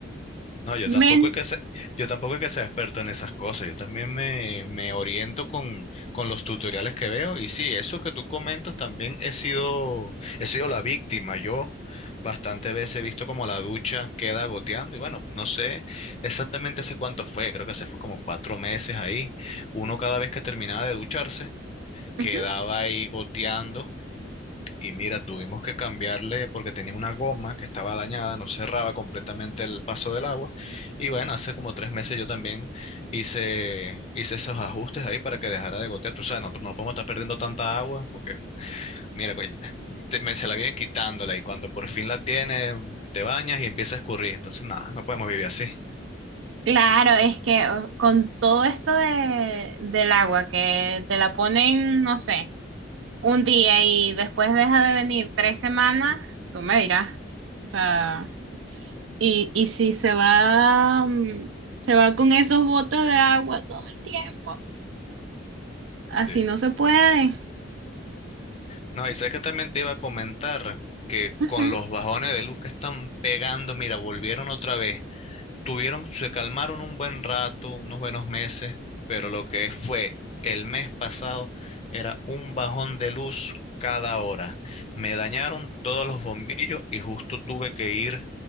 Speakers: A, on the left; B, on the right.
A: No, yo
B: Men.
A: tampoco es que sea, yo tampoco es que sea experto en esas cosas. Yo también me, me oriento con, con los tutoriales que veo. Y sí, eso que tú comentas también he sido, he sido la víctima. Yo bastantes veces he visto como la ducha queda goteando. Y bueno, no sé exactamente hace cuánto fue. Creo que se fue como cuatro meses ahí. Uno cada vez que terminaba de ducharse, quedaba
B: Ujú.
A: ahí goteando. Y mira, tuvimos que cambiarle porque tenía una goma que estaba dañada, no cerraba completamente el paso del agua. Y bueno, hace como tres meses yo también hice, hice esos ajustes ahí para que dejara de gotear. Tú sabes, no, no podemos estar perdiendo tanta agua porque, mira, coño, te- me, se la vienen quitándola y cuando por fin la tienes, te bañas y empieza a escurrir. Entonces, nada, no podemos vivir así.
B: Claro, es que oh, con todo esto de, del agua, que te la ponen, no sé, un día y después deja de venir tres semanas, tú me dirás. O sea, s- y, y si se va, mm, se va con esos botes de agua todo el tiempo, así
A: Sí.
B: no se puede.
A: No, y sé que también te iba a comentar que
B: Ujú,
A: con los bajones de luz que están pegando, mira, volvieron otra vez tuvieron, se calmaron un buen rato, unos buenos meses, pero lo que fue el mes pasado era un bajón de luz cada hora. Me dañaron todos los bombillos y justo tuve que ir